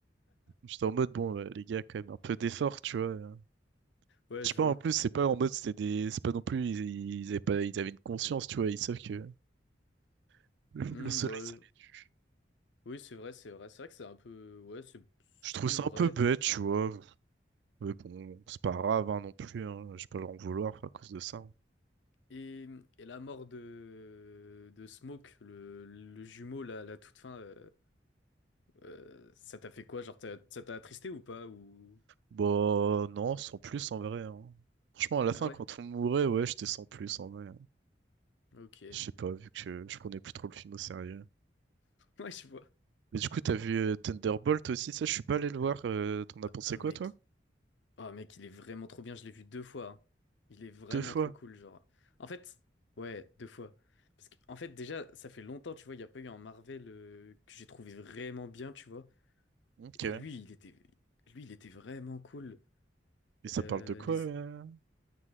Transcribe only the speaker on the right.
J'étais en mode, bon, euh, les gars, quand même, un peu d'effort, tu vois.
Je
sais pas,
en plus, c'est pas en mode, c'était des. C'est pas non plus, ils, ils avaient pas... ils avaient une conscience, tu vois, ils savent que <laughs> le
soleil,
ça les tue.
Je trouve
ça
un peu bête, tu vois. Mais bon, c'est pas grave, hein, non plus, hein. Je vais pas leur en vouloir à cause de ça. hein.
Bah non, sans plus en vrai. hein. Franchement, à la
fin,
quand on mourait, ouais, j'étais sans plus en vrai.
Je sais pas, vu que je prenais plus trop le film au sérieux.
Mais du coup, t'as vu euh, Thunderbolt aussi, ça, je suis pas allé le voir. euh, t'en as pensé
quoi, toi?
Deux fois.
Ok.
Et
ça
parle de quoi?
euh